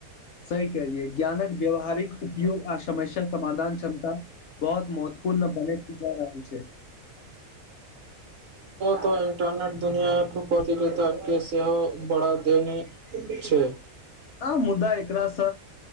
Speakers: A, on the left; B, on the right.
A: सही कलियै, ज्ञानक व्यावहारिक उपयोग आ समस्या समाधान क्षमता बहुत महत्वपूर्ण बने जा रहल रहल छै।
B: तऽ इंटरनेट दुनिया ख प्रतिकित के सेहो बढ़ा देनी छै।
A: आ मुदा एकरा स